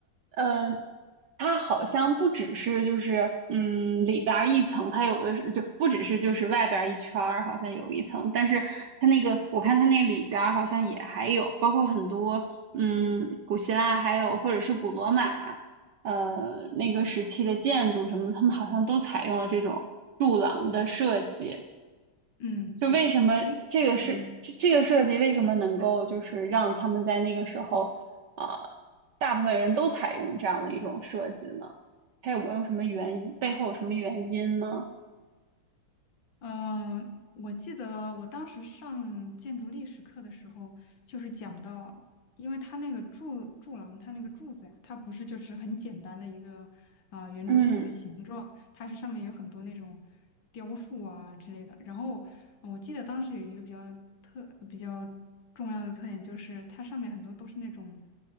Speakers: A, on the right; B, on the left.
A: 呃，它好像不只是就是嗯里边儿一层，它有的是就不只是就是外边儿一圈儿，好像有一层，但是它那个我看它那里边儿好像也还有，包括很多嗯古希腊还有或者是古罗马，呃那个时期的建筑什么，他们好像都采用了这种柱廊的设计，
B: 嗯对，
A: 就为什么这个是这这个设计为什么能够就是让他们在那个时候，
B: 因嗯。
A: 啊、呃大部分人都采用这样的一种设计呢？它有没有什么原因？背后有什么原因吗？
B: 嗯，呃我记得我当时上建筑历史课的时候，就是讲到，因为它那个柱柱廊，它那个柱子呀，它不是就是很简单的一个呃圆柱形的形状，
A: 嗯
B: 它是上面有很多那种雕塑啊之类的。然后呃我记得当时有一个比较特比较重要的特点，就是它上面很多都是那种